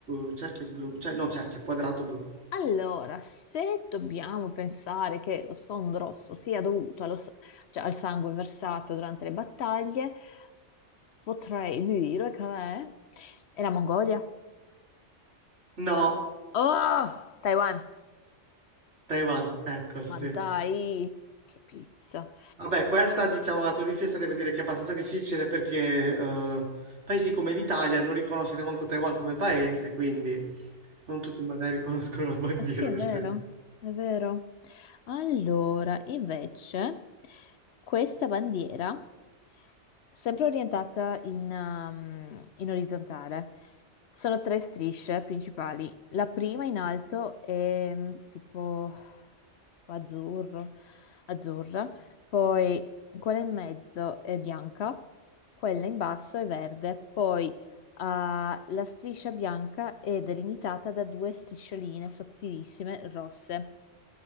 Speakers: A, on the right; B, on the left.
A: eh, cerchio blu, cioè no, cerchio, quadrato blu.
B: Allora, se dobbiamo pensare che lo sfondo rosso sia dovuto allo s- cioè, al sangue versato durante le battaglie, potrei dire che è, è la Mongolia.
A: No,
B: Oh, Taiwan!
A: Taiwan, ecco, sì.
B: Ma dai, che pizza!
A: Vabbè, questa, diciamo, a tua difesa devo dire che è abbastanza difficile perché eh, paesi come l'Italia non riconosce neanche Taiwan come paese, quindi non tutti magari <laughs> conoscono la bandiera
B: Eh sì, è
A: del
B: vero,
A: Taiwan.
B: è vero. Allora, invece, questa bandiera, sempre orientata in, um, in orizzontale, sono tre strisce principali. La prima in alto è mm, tipo azzurro, azzurra, poi quella in mezzo è bianca, quella in basso è verde, poi Ah, la striscia bianca è delimitata da due striscioline sottilissime rosse.